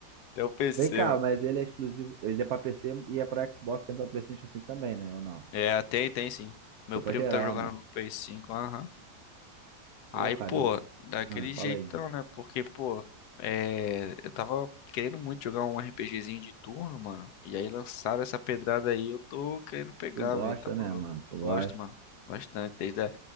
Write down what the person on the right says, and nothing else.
Vem cá,
mas ele é exclusivo. Ele é pra PC e é pra Xbox, sempre pra PlayStation 5 também, né? Ou não?
É pra
geral,
né?
Pô,
cara,
eu.
Mano, fala
aí.
Tu gosta,
né, mano? Tu
gosta.